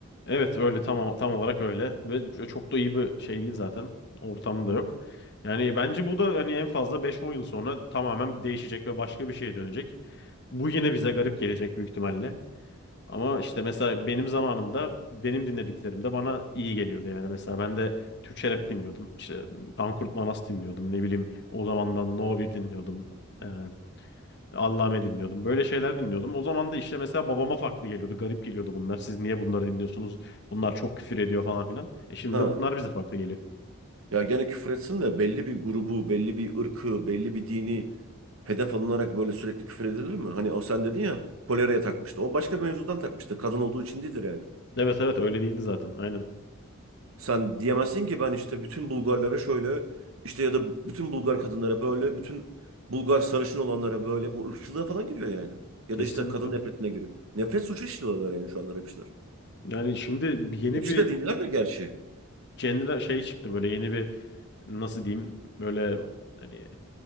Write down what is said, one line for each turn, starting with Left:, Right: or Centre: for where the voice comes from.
Left: evet öyle tam tam olarak öyle ve çok da iyi bir şey değil zaten. Ortamı da yok. Yani bence bu da hani en fazla beş on yıl sonra tamamen değişecek ve başka bir şeye dönecek. Bu yine bize garip gelecek büyük ihtimalle. Ama işte mesela benim zamanımda benim dinlediklerim de bana iyi geliyordu yani. Mesela ben de Türkçe rap dinliyordum. İşte Pankurt Manas dinliyordum. Ne bileyim o zamandan No bir dinliyordum. Ee, Allame dinliyordum. Böyle şeyler dinliyordum. O zaman da işte mesela babama farklı geliyordu. Garip geliyordu bunlar. Siz niye bunları dinliyorsunuz? Bunlar çok küfür ediyor falan filan. E şimdi
Right: Ha.
Left: de bunlar bize farklı geliyor.
Right: Ya gene küfür etsin de belli bir grubu, belli bir ırkı, belli bir dini hedef alınarak böyle sürekli küfür edilir mi? Hani o sen dedin ya koleraya takmıştı. O başka bir mevzudan takmıştır. Kadın olduğu için değildir yani.
Left: Evet evet öyle değildi zaten. Aynen.
Right: Sen diyemezsin ki ben işte bütün Bulgarlara şöyle işte ya da bütün Bulgar kadınlara böyle, bütün Bulgar sarışın olanlara böyle bu ırkçılığa falan giriyor yani. Ya
Left: Kesinlikle.
Right: da işte kadın nefretine giriyor. Nefret suçu işliyorlar yani şu anda rapçiler.
Left: Yani şimdi yeni
Right: Rapçi
Left: bir
Right: de dinler de gerçi.
Left: genre şey çıktı böyle yeni bir nasıl diyeyim böyle hani